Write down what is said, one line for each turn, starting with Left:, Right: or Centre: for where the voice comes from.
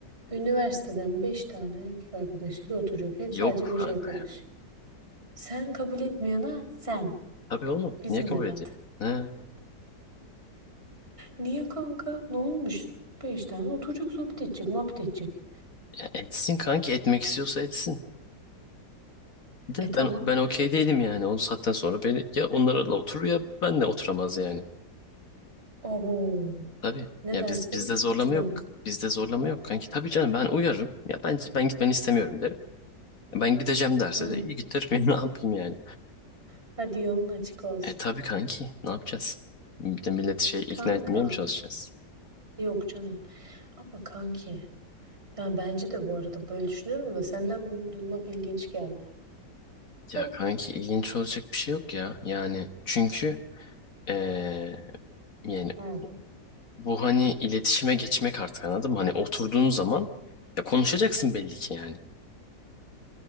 Right: üniversiteden 5 tane erkek arkadaşıyla oturacak. He,
Left: Yok
Right: sadece 5
Left: kanka
Right: arkadaş.
Left: ya.
Right: Sen kabul etmeyene sen.
Left: Tabii oğlum.
Right: Bizim
Left: Niye kabul
Right: Berat.
Left: edeyim? Ha,
Right: Niye kanka? Ne olmuş? beş tane oturacak, sohbet edecek, muhabbet edecek.
Left: ya etsin kanki etmek istiyorsa etsin. De
Right: E tamam.
Left: ben ben okey değilim yani. O saatten sonra beni ya onlarla oturur ya benle oturamaz yani.
Right: Abo.
Left: Tabii.
Right: Ne
Left: Ya
Right: dersin?
Left: biz bizde zorlama
Right: Gitme
Left: yok.
Right: mi?
Left: Bizde zorlama yok kanki. Tabii canım ben uyarırım. Ya ben ben gitmeni istemiyorum derim. Ben gideceğim derse
Right: Hı.
Left: de iyi git derim. <laughs> Ne yapayım yani?
Right: Hadi yolun açık olsun.
Left: E tabii kanki. Ne yapacağız? Bir de milleti şey ikna
Right: Kanka.
Left: etmeye mi çalışacağız?
Right: Yok canım. Ama kanki. Yani bence de bu arada böyle düşünüyorum da senden bunu duymak ilginç geldi.
Left: Ya
Right: <laughs>
Left: kanki ilginç olacak bir şey yok ya. Yani çünkü eee, yani
Right: Hı.
Left: bu hani iletişime geçmek artık anladın mı? Hani oturduğun zaman ya konuşacaksın belli ki yani.